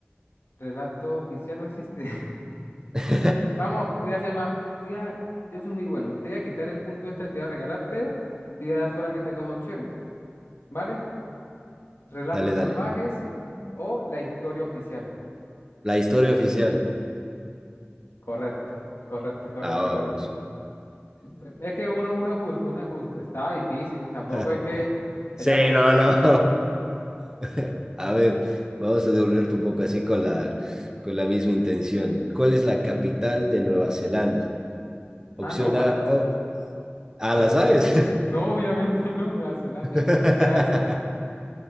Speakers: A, on the left (about 80°); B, on the right (about 15°).
A: Relato oficial no existe.
B: <laughs>
A: <laughs> Vamos, te voy a hacer más. te voy a- yo soy muy bueno. Te voy a quitar el punto extra, te voy a regalar, pero te voy a dar solamente dos opciones, ¿vale? Relatos
B: Dale,
A: salvajes
B: dale.
A: o la historia oficial.
B: La historia oficial.
A: Correcto, correcto, correcto,
B: Ah, vamos.
A: correcto. Ve- Es que uno, uno es justo, uno es justo. Estaba difícil. Tampoco
B: <laughs>
A: es que
B: Sí,
A: sería poner
B: no,
A: tan complicado.
B: no. <laughs> A ver, vamos a devolverte un poco así con la, con la misma intención. ¿Cuál es la capital de Nueva Zelanda? Opción
A: Ah, no, fácil.
B: A, oh, ah,
A: Fácil.
B: ¿la sabes?
A: No, obviamente <laughs> no, Nueva Zelanda,
B: <laughs>
A: ni sé dónde queda eso.